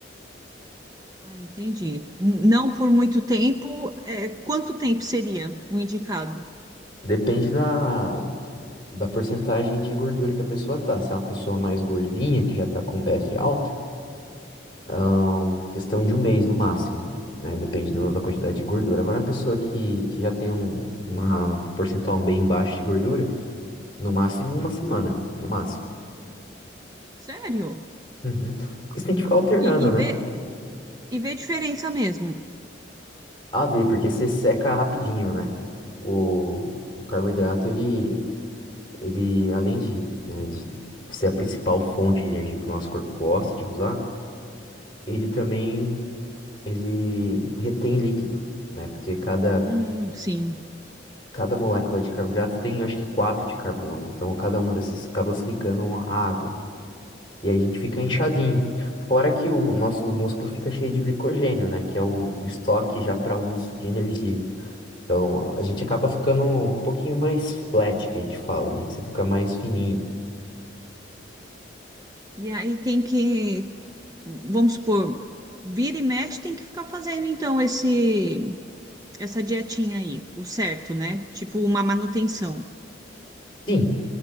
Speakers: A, on the right; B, on the left.
A: Ah, entendi. Não por muito tempo, é, quanto tempo seria o indicado?
B: Depende da, da porcentagem de gordura que a pessoa tá. Se é uma pessoa mais gordinha, que já tá com BF alto, ahn, questão de um mês no máximo, né? Depende do- da quantidade de gordura. Agora, uma pessoa que, que já tem um, uma porcentual bem baixa de gordura, no máximo uma semana, no máximo.
A: Sério?
B: Uhum. Porque você tem que ficar alternando,
A: E, e
B: né?
A: vê, e vê diferença mesmo.
B: A ver, porque você seca rapidinho, né? O, o carboidrato, ele, ele, além de, né, de ser a principal fonte de energia que o nosso corpo gosta de usar, ele também, ele retém líquido, né? Porque cada,
A: Hum, sim.
B: cada molécula de carboidrato tem, acho que, quatro de carbono. Então, cada uma dessas acaba se ligando à água. E aí a gente fica inchadinho. Fora que o, o nosso músculo fica cheio de glicogênio, né? Que é o, o estoque já para uso de energia. Então, a gente acaba ficando um pouquinho mais flat, que a gente fala, né? Que você fica mais fininho.
A: E aí tem que, vamos supor, vira e mexe, tem que ficar fazendo então esse essa dietinha aí, o certo, né? Tipo uma manutenção.
B: Sim,